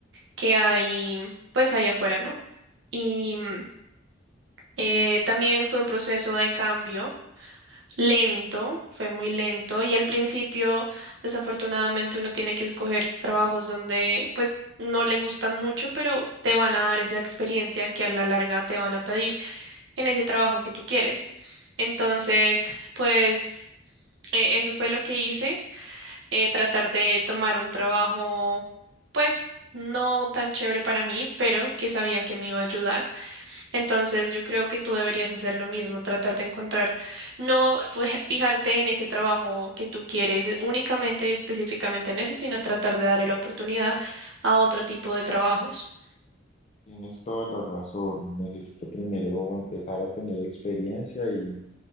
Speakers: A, on the right; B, on the left.
A: que hay pues allá afuera, ¿no? Y mm, eh, también fue un proceso de cambio lento, fue muy lento y al principio desafortunadamente uno tiene que escoger trabajos donde pues no le gustan mucho, pero te van a dar esa experiencia que a la larga te van a pedir en ese trabajo que tú quieres. Entonces, pues eh, eso fue lo que hice, eh, tratar de tomar un trabajo pues no tan chévere para mí, pero que sabía que me iba a ayudar. Entonces, yo creo que tú deberías hacer lo mismo, tratar de encontrar, no fue- <laughs> fijarte en ese trabajo que tú quieres eh, únicamente y específicamente en eso, sino tratar de darle la oportunidad a otro tipo de trabajos.
B: Tienes toda la razón. Necesito primero empezar a tener experiencia y